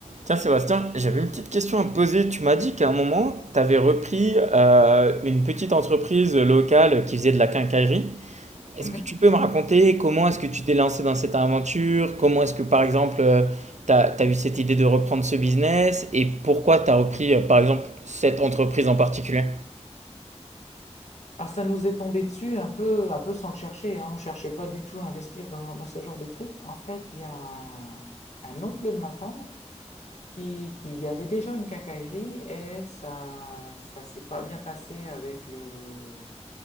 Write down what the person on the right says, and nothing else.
Tiens Sébastien, j'avais une petite question à te poser. Tu m'as dit qu'à un moment, tu avais repris euh, une petite entreprise locale qui faisait de la quincaillerie. Est-ce
que tu peux me raconter comment est-ce que tu t'es lancé dans cette aventure? Comment est-ce que par exemple, tu as, eu cette idée de reprendre ce business et pourquoi tu as repris euh, par exemple cette entreprise en particulier?